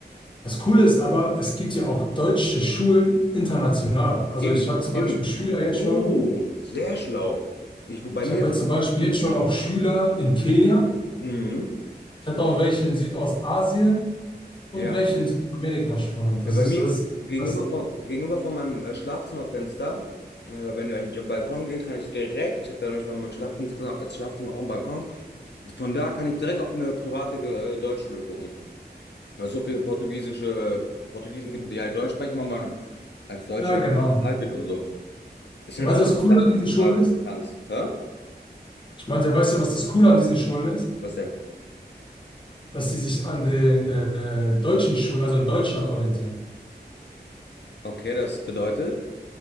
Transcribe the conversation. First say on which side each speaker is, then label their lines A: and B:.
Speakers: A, on the left; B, on the left.
A: Das Coole ist aber, es gibt ja auch deutsche Schulen international. Also
B: Eben,
A: ich habe zum
B: eben.
A: Beispiel Schüler jetzt
B: Oh,
A: schon,
B: sehr schlau. Ich, wo bei
A: ich
B: mir.
A: habe jetzt zum Beispiel jetzt schon auch Schüler in Kenia.
B: Mhm.
A: Ich hatte auch welche in Südostasien
B: Ja.
A: und welche in Südamerika schon. Und das
B: Ja, bei
A: ist
B: mir
A: das,
B: gegenüber
A: ist- das,
B: von, gegenüber von meinem äh, Schlafzimmerfenster, äh, wenn ich am Balkon gehe, kann ich direkt, ich habe da nämlich bei meinem Schlafzimmer, äh, Schlafzimmer auch einen Balkon, von da kann ich direkt auf eine private äh, Deutschschule gucken. Weil es so viele portugiesische Portugiesen gibt, die halt Deutsch sprechen, weil man als Deutscher
A: ja genau.
B: halt wird und so. Ist halt
A: Und weißt
B: auch
A: du,
B: eine
A: was cool
B: Sache
A: an diesen
B: heutzutage,
A: Schulen ist?
B: ganz. Hä?
A: Ich meinte, weißt du, was das Coole an diesen Schulen ist?
B: Was denn?
A: Dass sie sich an den äh, deutschen Schulen, also in Deutschland, orientieren.
B: Okay, das bedeutet.